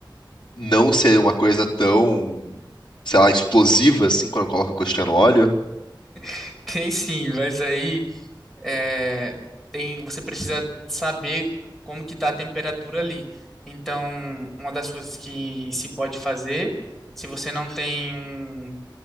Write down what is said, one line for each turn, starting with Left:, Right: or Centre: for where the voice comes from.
Left: não ser uma coisa tão, sei lá, explosiva, assim, quando eu coloco a coxinha no óleo?
Centre: <laughs> Tem sim, mas aí é, tem, você precisa saber como que está a temperatura ali. Então, uma das coisas que se pode fazer, se você não tem um,